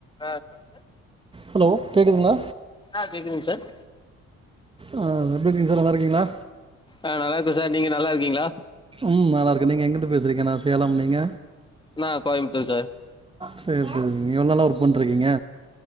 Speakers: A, on the left (about 15°); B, on the right (about 20°).
A: ஆஹ் சொல்லுங்க சார்
B: ஹலோ கேக்குதுங்களா
A: ஆஹ் கேக்குதுங்க சார்
B: ஆஹ் எப்படி இருக்கீங்க சார் நல்லா இருக்கீங்களா
A: ஆஹ் நல்லா இருக்கும் சார் நீங்க நல்லா இருக்கீங்களா
B: உம் நல்ல இருக்கு நீங்க எங்கிட்டு பேசுருக்கங்கன் நான் சேலம் நீங்க
A: நான் கோயம்புத்தூர் சார்
B: சரி சரி ச நீ எவ்ளவு நாளா ஒர்க் பண்ணிட்டு இருக்கீங்க